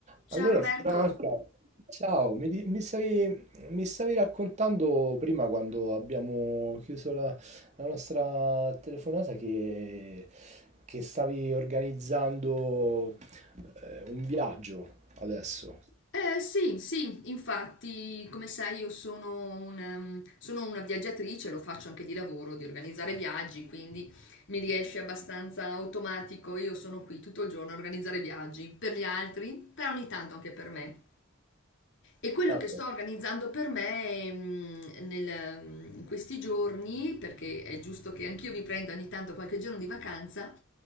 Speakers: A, on the left; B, on the right.
A: Ciao
B: Allora,
A: Roberto.
B: Franca, ciao, mi, di- mi stavi, mi stavi raccontando prima quando abbiamo chiuso la, la nostra telefonata che, che stavi organizzando eh, un viaggio adesso.
A: Eh, sì, sì, infatti, come sai, io sono una, sono una viaggiatrice, lo faccio anche di lavoro, di organizzare viaggi, quindi mi riesce abbastanza automatico. Io sono qui tutto il giorno a organizzare viaggi per gli altri, però ogni tanto anche per me. E quello
B: Ecco.
A: che sto organizzando per me mm, nel- in questi giorni, perché è giusto che anch'io mi prenda ogni tanto qualche giorno di vacanza,